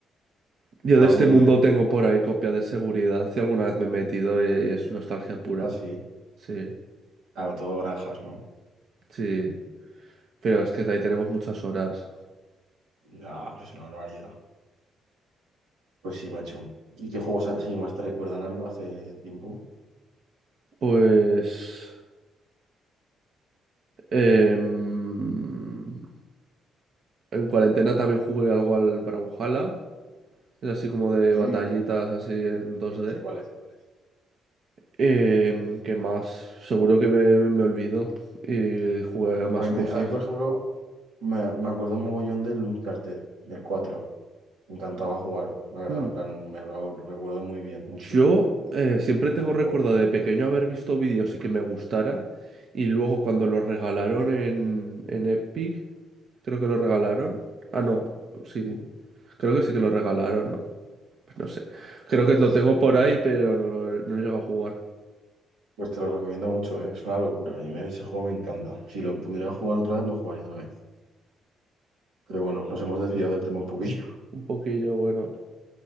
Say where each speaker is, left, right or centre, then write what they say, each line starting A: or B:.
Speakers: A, on the right (about 60°); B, on the right (about 85°).
A: Yo
B: Madre
A: de este
B: mía,
A: mundo tengo por ahí copia de seguridad, si alguna vez me he metido y, y es nostalgia pura.
B: así.
A: Sí,
B: Claro, todo granjas, ¿no?
A: sí, pero es que de ahí tenemos muchas horas.
B: Ah, pues una barbaridad. Pues sí, macho. ¿Y qué juegos así más te recuerdan algo hace tiempo?
A: Pues... em, en cuarentena también jugué algo al Brawlhalla, es así como de
B: Sí,
A: batallitas así en dos
B: sí,
A: d
B: sé cuáles, sé cuáles.
A: Em, ¿qué más? Seguro que me, me olvido y jugaré a más
B: A mí,
A: cosas.
B: me- a mí, por ejemplo, me, me acuerdo un mogollón del Uncharted, del cuatro Me encantaba jugar, la verdad,
A: Mm,
B: en plan, me lo recuerdo muy bien, muy
A: Yo
B: chulo.
A: eh, siempre
B: No sé si
A: tengo
B: lo has
A: recuerdo
B: jugado.
A: de pequeño haber visto vídeos y que me gustara. Y luego cuando los regalaron en, en Epic, creo que lo regalaron. Ah, no, sí,
B: ¿Sí?
A: creo que sí que lo regalaron, ¿no? Pues no sé. Creo
B: Puede
A: que lo
B: ser,
A: tengo
B: no
A: por
B: me acuerdo.
A: ahí, pero no lo, he- no he llegado a jugar.
B: Pues te lo recomiendo mucho, ¿eh? Es una locura. A mí me- ese juego me encanta. Si lo pudiera jugar otra vez, lo jugaría otra vez. Pero bueno, nos hemos desviado del tema un poquillo.
A: Un poquillo, bueno.